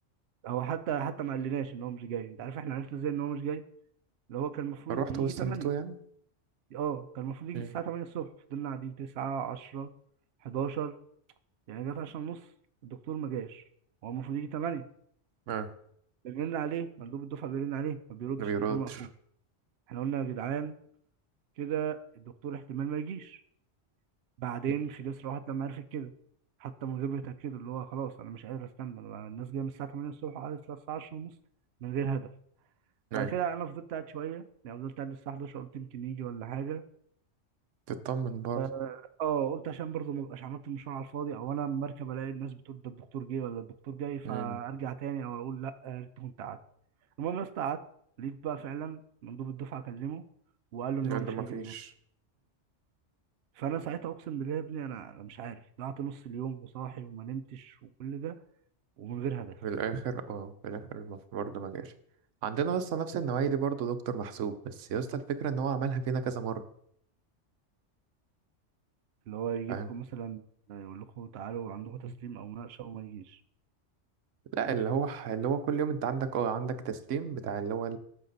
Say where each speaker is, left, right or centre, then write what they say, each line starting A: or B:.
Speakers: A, on the right; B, on the right.
A: هو حتى حتى ما قالناش ان هو مش جاي انت عارف احنا عرفنا ازاي ان هو مش جاي اللي هو كان المفروض
B: فروحت
A: يجي
B: واستنيته
A: 8
B: يعني
A: اه كان المفروض يجي
B: مم.
A: الساعه 8 الصبح فضلنا قاعدين 9 10 11 يعني جت 10 ونص الدكتور ما جاش هو المفروض يجي 8
B: اه
A: بنرن عليه مندوب الدفعه بيرن عليه ما بيردش
B: ما بيردش
A: تليفون مقفول احنا قلنا يا جدعان كده الدكتور احتمال ما يجيش بعدين
B: مم.
A: فيليس راحت لما عرفت كده حتى من غير ما يتأكدوا اللي هو خلاص انا مش قادر استنى أنا- الناس جايه من الساعه 8 الصبح وقعدت للساعه 10 ونص من غير هدف
B: ايوه
A: بعد كده انا فضلت قاعد شويه يعني فضلت قاعد للساعه 11 قلت يمكن يجي ولا حاجه
B: تطمن برضه
A: اه آه، قلت عشان برضه ما ابقاش عملت المشوار على الفاضي او انا لما اركب الاقي الناس بتقول ده الدكتور جه ولا الدكتور جاي فارجع
B: مم.
A: تاني او اقول لا آه، يا ريت كنت قعدت المهم يا اسطى قعدت لقيت بقى فعلا مندوب الدفعه كلمه وقال له ان هو
B: قال
A: مش
B: له ما
A: هيجي
B: فيش
A: النهارده فانا ساعتها اقسم بالله يا ابني انا انا مش عارف ضيعت نص اليوم وصاحي وما نمتش وكل ده ومن غير هدف
B: في الآخر اه في الآخر المف- برضه ما جاش عندنا اصلا نفس النوعية دي برضه دكتور محسوب بس يا اسطى الفكرة ان هو عملها فينا كذا مرة
A: اللي هو يجيبكم
B: فاهم
A: مثلا يقول لكم تعالوا عندكم تسليم
B: مم.
A: او مناقشه وما يجيش
B: لا اللي هو ح- اللي هو كل يوم انت عندك اه عندك تسليم بتاع اللي هو